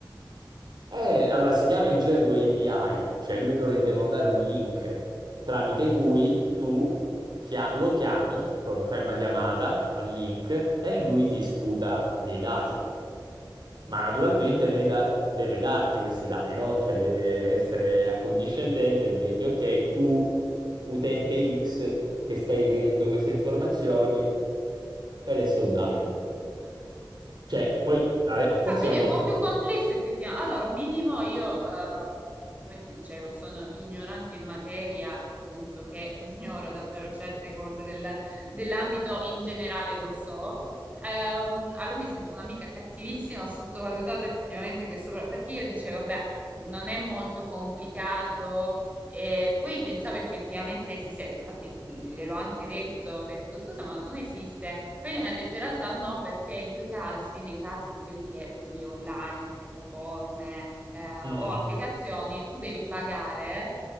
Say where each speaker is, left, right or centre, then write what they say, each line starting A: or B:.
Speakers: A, on the right; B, on the right.
A: Eh, allora, si chiama in gergo API, cioè lui- loro ti devono dare un link tramite cui tu chia- lo chiami, proprio fai una chiamata al link e lui ti sputa dei dati. Ma naturalmente Meta deve darti questi dati, no? Cioè deve essere accondiscendente e
B: Sì.
A: dirti, ok, tu utente X che stai richiedendo queste informazioni, te le sto dando. Cioè, poi a- forse
B: Ah, quindi
A: non
B: è un
A: ho
B: po'
A: capito.
B: più complesso effettivamente. Allora, minimo io, ehm, come ti dicevo, sono ignorante in materia, nel senso che <laughs> ignoro davvero certe cose del- dell'ambito in generale, lo so. Ehm, allora mi sento un'amica cattivissima, ho sottovalutato effettivamente questo, pro- perché io dicevo, beh, non è molto complicato, e poi pensavo effettivamente esiste, infatti gliel'ho anche detto, ho detto scusa, ma non esiste. Poi lei mi ha detto in realtà no, perché in quei casi, nei casi di quelli che vedi online, piattaforme eh,
A: Mm-mm.
B: o applicazioni, tu devi pagare